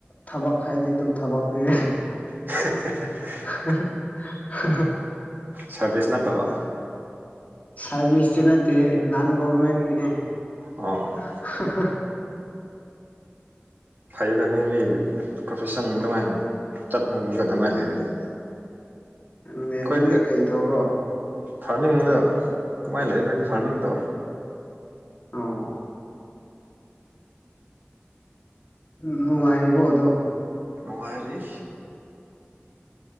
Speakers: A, on the left; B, on the right.
A: ꯊꯕꯛ ꯈꯥꯏꯗꯤ ꯑꯗꯨꯝ ꯊꯕꯛ ꯄꯤꯔꯦ
B: <unintelligible>
A: <unintelligible>
B: ꯁꯥꯔꯚꯤꯁ ꯅꯠꯇꯕ
A: ꯁꯔꯚꯤꯁꯇ ꯅꯠꯇꯦꯍꯦ ꯅꯟ ꯒꯣꯔꯔꯃꯦꯟꯒꯤꯅꯦ
B: ꯑꯣ ꯑꯣ
A: <unintelligible>
B: ꯐꯩ ꯐꯃꯤ ꯃꯤ ꯄ꯭ꯔꯣꯐꯦꯁꯟ ꯑꯗꯨꯃꯥꯏꯅ ꯆꯠꯅꯤꯡꯕꯒ ꯑꯗꯨꯃꯥꯏꯅ ꯂꯩꯔꯗꯤ
A: ꯅꯪꯅꯦ
B: ꯑꯩꯈꯣꯏꯗꯤ
A: ꯅꯪꯗꯤ ꯀꯩ ꯇꯧꯕ꯭ꯔꯣ
B: ꯐꯥꯔꯃꯤꯡꯗ ꯀꯃꯥꯏꯅ ꯂꯩꯥꯛꯏ ꯑꯩꯈꯣꯏꯗꯤ ꯐꯥꯔꯃꯤꯡ ꯇꯧ
A: ꯑꯣ ꯎꯝ ꯅꯨꯡꯉꯥꯏꯔꯤꯕꯣ ꯑꯗꯣ
B: ꯅꯨꯡꯉꯥꯏꯔꯤ